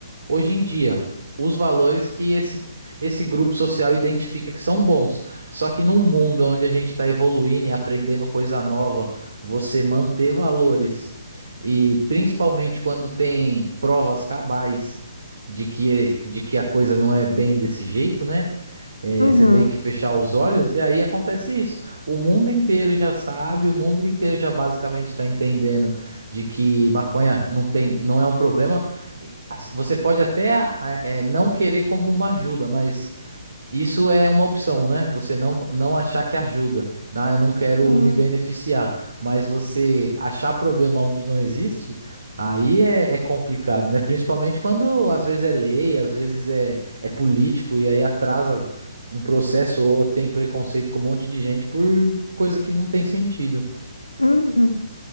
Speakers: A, on the right; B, on the left.
A: hoje em dia, os valores que esse, esse grupo social identifica que são bons. Só que num mundo onde a gente está evoluindo e aprendendo coisa nova, você manter valores e principalmente quando tem provas cabais de que, de que a coisa não é bem desse jeito, né? É,
B: uhum,
A: você meio que fechar os olhos e aí acontece isso. O mundo inteiro já sabe, o mundo inteiro já basicamente está entendendo de que maconha não tem, não é um problema. E, assim, Você pode até ah, eh, não querer como uma ajuda, mas isso é uma opção, né? Você não, não achar que ajuda. Ah, eu não quero
B: sim,
A: me beneficiar. Mas você achar problema onde não existe, aí é, é complicado, né? Principalmente quando às vezes é lei, às vezes é, é político, e aí atrasa um processo ou tem preconceito com um monte de gente por coisa que não tem sentido.
B: uhum.